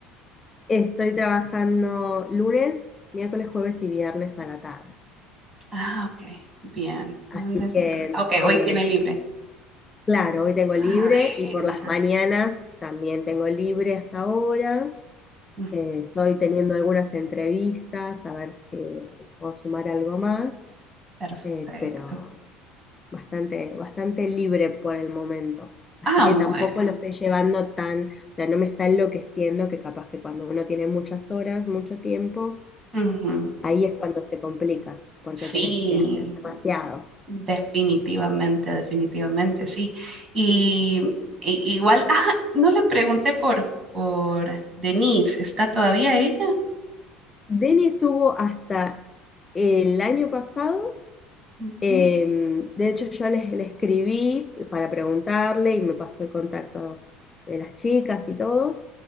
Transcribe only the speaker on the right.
Ah, ok, bien.
Lunes,
miércoles. Ok,
hoy tiene libre.
Ah,
genial.
Ujú,
perfecto.
Ah,
bueno.
Ujú.
Sí,
definitivamente, definitivamente, sí. Y, y- igual, ah, no le pregunté por, por Denise, ¿está todavía ella?
Ujú,